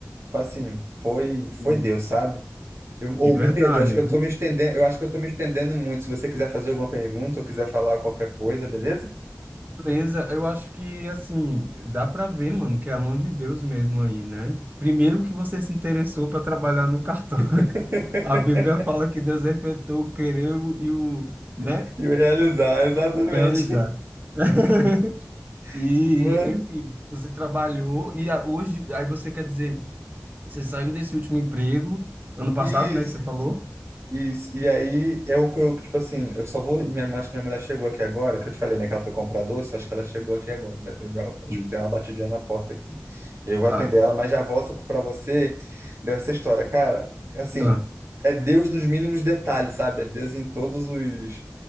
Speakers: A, on the right; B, on the right.
A: Foi assim, foi, foi
B: de
A: Deus, sabe? Eu, ou
B: verdade.
A: me perdoa, acho que eu tô me estendendo, eu acho que eu tô me estendendo muito. Se você quiser fazer alguma pergunta ou quiser falar qualquer coisa, beleza?
B: Beleza, eu acho que assim, dá pra ver, mano, que é a mão de Deus mesmo aí, né? Primeiro que você se interessou para trabalhar no cartório.
A: <laughs>
B: <laughs> A Bíblia fala que Deus efetuou o querer e o, né,
A: E eu realizar, exatamente.
B: realizar. <laughs> E,
A: <laughs> Mano,
B: enfim, você trabalhou e a- hoje, aí você quer dizer, você saiu desse último emprego ano passado,
A: isso.
B: né, que você falou?
A: Isso. E aí é o que eu, tipo assim, eu só vou. Minha, acho que minha mulher chegou aqui agora, que eu te falei, né, que ela foi comprar doce, acho que ela chegou aqui agora. né? Eu já
B: Sim.
A: escutei uma batidinha na porta aqui. Eu vou
B: Tá,
A: atender ela, mas já volto para você dessa história. Cara, assim,
B: tá.
A: é Deus nos mínimos detalhes, sabe? É Deus em todos os.